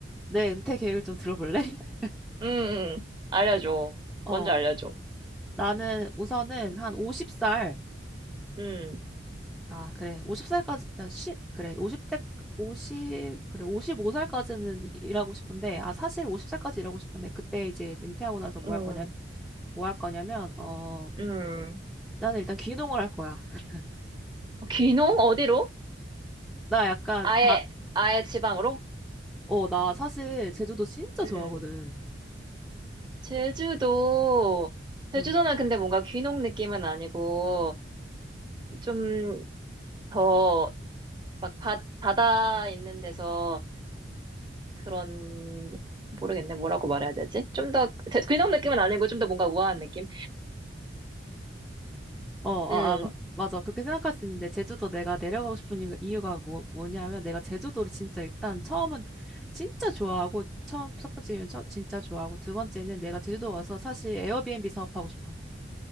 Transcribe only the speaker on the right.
음, 음. 알려줘.
먼저 알려줘.
음,
음,
음.
귀농? 어디로?
아예,
아예 지방으로?
음.
제주도, 제주도는
근데 뭔가 귀농 느낌은 아니고, 좀 더, 막 바, 바다 있는 데서 그런 모르겠네. 뭐라고 말해야 되지? 좀 더 제- 그냥 느낌은 아니고 좀 더 뭔가 우아한 느낌?
음.